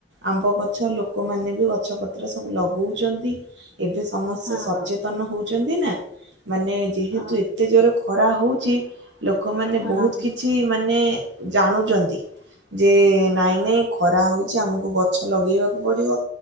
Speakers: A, on the right (about 85°); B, on the right (about 60°).
A: ଆମ୍ବ ଗଛ ଲୋକମାନେ ବି ଗଛପତ୍ର ସବୁ ଲଗଉଚନ୍ତି। ଏବେ ସମସ୍ତେ
B: ହଁ
A: ସଚେତନ
B: ହଁ
A: ହୋଉ ଛନ୍ତି ନା ମାନେ ଯେହେତୁ
B: ହଁ
A: ଏତେ ଜୋରେ ଖ ଖରା ହଉଚି ଲୋକମାନେ
B: ହଁ
A: ବହୁତ କିଛି ମାନେ ଜାଣୁଚନ୍ତି ଯେ ନାଇଁ ନାଇଁ ଖରା ହଉଚି ଆମକୁ ଗଛ ଲଗେଇବାକୁ ପଡ଼ିବ